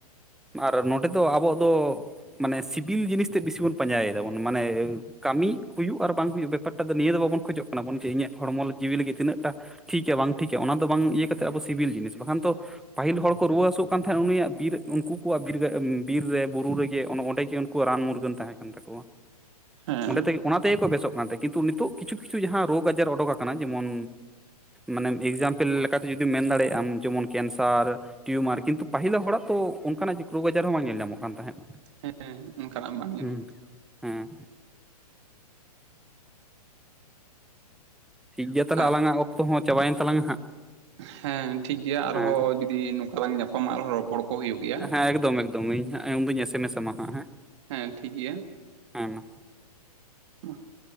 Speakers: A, in the centre; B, on the right.
A: ᱟᱨ ᱱᱚᱸᱰᱮ ᱫᱚ ᱟᱵᱚᱣᱟᱜ ᱫᱚ ᱢᱟᱱᱮ ᱥᱤᱵᱤᱞ ᱡᱤᱱᱤᱥ ᱛᱮᱫ ᱵᱮᱥᱤ ᱵᱚᱱ ᱯᱟᱸᱡᱟᱭ ᱮᱫᱟᱵᱚᱱ ᱢᱟᱱᱮ ᱠᱟᱹᱢᱤ ᱦᱩᱭᱩᱜ ᱟᱨ ᱵᱟᱝ ᱦᱩᱭᱩᱜ ᱵᱮᱯᱟᱨ ᱴᱟᱜ ᱫᱚ ᱱᱤᱭᱟᱹ ᱫᱚ ᱵᱟᱵᱚᱱ ᱠᱷᱚᱡᱚᱜ ᱠᱟᱱᱟ ᱵᱚᱱ ᱡᱮ ᱤᱧᱟᱹᱜ ᱦᱚᱲᱢᱚ ᱡᱤᱣᱤ ᱞᱟᱹᱜᱤᱫ ᱛᱤᱱᱟᱹᱜ ᱴᱟ ᱴᱷᱤᱠᱟ ᱵᱟᱝ ᱴᱷᱤᱠᱟ ᱚᱱᱟ ᱫᱚ ᱵᱟᱝ ᱤᱭᱟᱹ ᱠᱟᱛᱮ ᱟᱵᱚ ᱫᱚ ᱥᱤᱵᱤᱞ ᱡᱤᱱᱤᱥ ᱵᱟᱠᱷᱟᱱ ᱛᱚ ᱯᱟᱹᱦᱤᱞ ᱦᱚᱲ ᱠᱚ ᱨᱩᱣᱟᱹ ᱦᱟᱹᱥᱩᱜ ᱠᱟᱱ ᱛᱟᱦᱮᱸᱫ ᱩᱱᱤᱭᱟᱜ ᱵᱤᱨ ᱩᱱᱠᱩ ᱠᱚᱣᱟᱜ ᱵᱤᱨ ᱵᱤᱨ ᱨᱮ ᱵᱩᱨᱩ ᱨᱮᱜᱮ ᱚᱸᱰᱮ ᱜᱮ ᱩᱱᱠᱩᱣᱟᱜ ᱨᱟᱱ ᱢᱩᱨᱜᱟᱹᱱ ᱛᱟᱦᱮᱸ ᱠᱟᱱᱟ ᱠᱚᱣᱟ
B: ᱦᱮᱸ
A: ᱚᱸᱰᱮ ᱛᱮᱜᱮ ᱚᱱᱟ ᱛᱮᱜᱮ ᱠᱚ ᱵᱮᱥᱚᱜ ᱠᱟᱱᱛᱮ ᱠᱤᱱᱛᱩ ᱱᱤᱛᱚᱜ ᱠᱤᱪᱷᱩ ᱠᱤᱪᱷᱩ ᱡᱟᱦᱟᱸ ᱨᱳᱜᱽ ᱟᱡᱟᱨ ᱚᱰᱩᱠ ᱟᱠᱟᱱᱟ ᱡᱮᱢᱚᱱ ᱢᱟᱱᱮ ᱮᱠᱡᱟᱢᱯᱮᱞ ᱞᱮᱠᱟᱛᱮ ᱡᱩᱫᱤᱢ ᱢᱮᱱ ᱫᱟᱲᱮᱭᱟᱜᱼᱟᱢ ᱡᱮᱢᱚᱱ ᱠᱮᱱᱥᱟᱨ ᱴᱤᱭᱩᱢᱟᱨ ᱠᱤᱱᱛᱩ ᱯᱟᱹᱦᱤᱞᱟᱹ ᱦᱚᱲᱟᱜ ᱛᱚ ᱚᱱᱠᱟᱱᱟᱜ ᱨᱳᱜᱽ ᱟᱡᱟᱨ ᱦᱚᱸ ᱵᱟᱝ ᱧᱮᱞ ᱧᱟᱢᱚᱜ ᱠᱟᱱ ᱛᱟᱦᱮᱸᱫ᱾
B: ᱦᱮᱸᱜ ᱮᱢ ᱚᱱᱠᱟᱱᱟᱜ ᱵᱟᱝ ᱧᱮᱞᱚᱜ
A: ᱦᱩᱸ
B: ᱠᱟᱱᱛᱟᱦᱮᱱ
A: ᱦᱮᱸ ᱴᱷᱤᱠᱜᱮᱭᱟ ᱛᱟᱦᱞᱮ
B: ᱟᱨ
A: ᱟᱞᱟᱝᱟᱜ ᱚᱠᱛᱚ ᱦᱚᱸ ᱪᱟᱵᱟᱭᱮᱱ ᱛᱟᱞᱟᱝ ᱟ ᱦᱟᱸᱜ᱾
B: ᱦᱮᱸ ᱴᱷᱤᱠ ᱜᱮᱭᱟ ᱟᱨᱦᱚᱸ
A: ᱦᱮᱸ
B: ᱡᱩᱫᱤ ᱱᱚᱝᱠᱟ ᱞᱟᱝ ᱧᱟᱯᱟᱢᱟ ᱟᱨᱦᱚᱸ ᱨᱚ ᱲᱚᱯᱚᱲ ᱠᱚ ᱦᱩᱭᱩᱜ ᱜᱮ
A: ᱦᱮᱸ ᱮᱠᱫᱚᱢ ᱮᱠᱫᱚᱢ ᱤᱧ ᱦᱟᱜ ᱩᱱᱩᱧ ᱮᱥᱮᱢᱮᱥ ᱟᱢᱟ ᱦᱟᱸᱜ ᱦᱮᱸ
B: ᱦᱮᱸ ᱴᱷᱤᱠ ᱜᱮᱭᱟ
A: ᱦᱮ ᱢᱟ
B: <unintelligible>